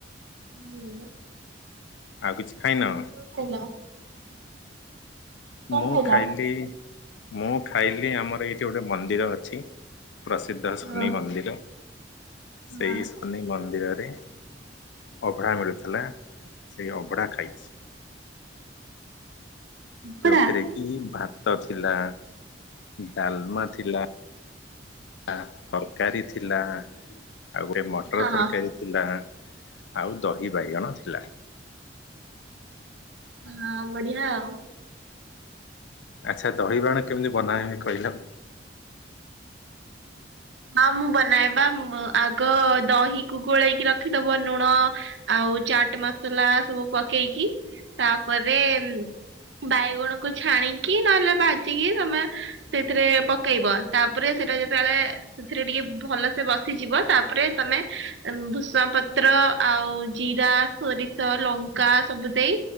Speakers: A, on the right (about 85°); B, on the left (about 80°).
A: ମୁଁ।
B: ଆଉ କିଛି ଖାଇନ।
A: ଆଇଲା।
B: ମୁଁ
A: ଖାଇଲ?
B: ଖାଇଲି ମୁଁ ଖାଇଲି ଆମର ଏଇଠି ଗୋଟେ ମନ୍ଦିର ଅଛି। ପ୍ରସିଦ୍ଧ ଶନି
A: ହଁ
B: ମନ୍ଦିର ସେଇ
A: ହଁ ହଁ।
B: ଶନି ମନ୍ଦିରରେ। ଅଭଢା ମିଳୁଥିଲା ସେଇ ଅଭଢା ଖାଇଛି।
A: ହଁ
B: ଯୋଉଥିରେ
A: ହଁ
B: କି ଭାତ ଥିଲା ଡାଲମା ଥିଲା। ଆ ତରକାରୀ ଥିଲା ଆଉ ଗୋଟେ ମଟର
A: ହଁ ହଁ
B: ତରକାରୀ ଥିଲା। ଥିଲା ଆଉ ଦହି ବାଇଗଣ ଥିଲା।
A: ହଁ ବଢିଆ ଆଉ।
B: ଆଚ୍ଛା ଦହି ବାଇଗଣ କେମିତି ବନାହୁଏ କହିଲା।
A: ହଁ ମୁଁ ବନାଏ ବା ଆଗ ଦହିକୁ ଗୋଳେଇକି ରଖିଦବ ଲୁଣ ଆଉ ଚାଟ ମସଲା ସବୁ ପକେଇକି ତାପରେ। ବାଇଗଣ କୁ ଛାଣିକି ନହେଲେ ବାଜିକି ତମେ ସେଇଥିରେ ପକେଇବ ତାପରେ ସେଟା ଯେତେବେଳେ ସେଥିରେ ଟିକେ ଭଲସେ ବସିଯିବ ତାପରେ ତମେ ଭୃସଙ୍ଗ ପତ୍ର ଆଉ ଜିରା ସୋରିଷ ଲଙ୍କା ସବୁ ଦେଇ